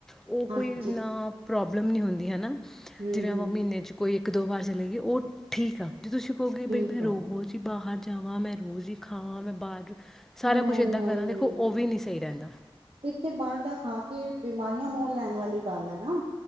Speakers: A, in the centre; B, on the right.
A: ਉਹ,
B: ਹਾਂਜੀ
A: ਕੋਈ ਨਾ ਪ੍ਰੋਬਲਮ ਨਹੀਂ ਹੁੰਦੀ ਹੈ ਨਾ
B: ਹਮ
A: ਜਿਵੇਂ
B: ਹਮ
A: ਆਪਾਂ ਮਹੀਨੇ ਚ ਕੋਈ ਇੱਕ ਦੋ ਵਾਰ ਚਲੇ ਗਏ ਉਹ ਠੀਕ ਆ। ਜੇ ਤੁਸੀਂ ਕਹੋਗੇ
B: ਠੀਕ
A: ਬਈ ਮੈਂ
B: ਹੈ
A: ਰੋਜ਼ ਈ ਬਾਹਰ ਜਾਵਾਂ ਮੈਂ, ਰੋਜ਼ ਹੀ ਖਾਵਾਂ ਮੈਂ ਬਾਹਰ ਸਾਰਾ
B: ਨਹੀਂ-ਨਹੀਂ,
A: ਕੁਛ ਇੱਦਾਂ ਕਰਾਂ ਦੇਖੋ ਉਹ ਵੀ ਨਹੀਂ ਸਹੀ ਰਹਿੰਦਾ।
B: ਇੱਕ ਤੇ ਬਾਹਰ ਦਾ ਖਾ ਕੇ ਬਿਮਾਰੀਆਂ ਮੋਲ ਲੈਣ ਵਾਲੀ ਗੱਲ ਹੈ ਨਾ